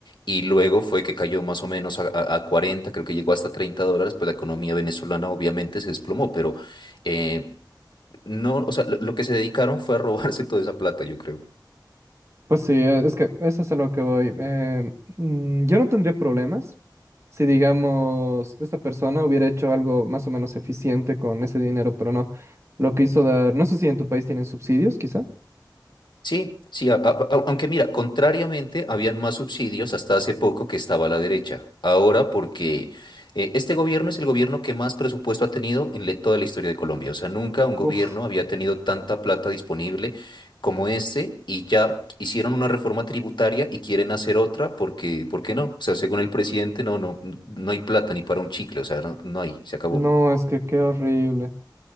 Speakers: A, on the left (about 75°); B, on the right (about 40°).
A: Y luego fue que cayó más o menos a, a- a 40, creo que llegó hasta 30 dólares, pues la economía venezolana obviamente se desplomó, pero... eh, no, o sea, lo, lo que se dedicaron fue a robarse toda esa plata, yo creo.
B: Pues sí, eh, es que eso es a lo que voy. Eh, mm, yo no tendría problemas si, digamos, esta persona hubiera hecho algo más o menos eficiente con ese dinero, pero no. Lo que hizo dar, no sé si en tu país tienen subsidios, quizá.
A: Sí, sí, a- a- a- aunque mira, contrariamente, habían más subsidios hasta hace poco que estaba la derecha. Ahora, porque eh, este gobierno es el gobierno que más presupuesto ha tenido en le- toda la historia de Colombia. O sea, nunca un gobierno
B: Uf,
A: había tenido tanta plata disponible como este y ya hicieron una reforma tributaria y quieren hacer otra porque, ¿por qué no? O sea, según el presidente, no, no, no hay plata ni para un chicle, o sea, no, no hay, se acabó.
B: no, es que qué horrible.